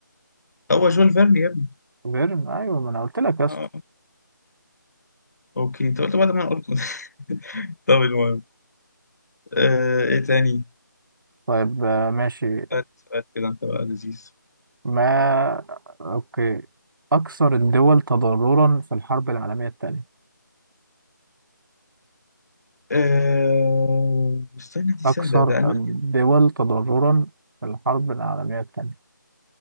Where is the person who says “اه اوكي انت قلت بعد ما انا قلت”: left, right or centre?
Left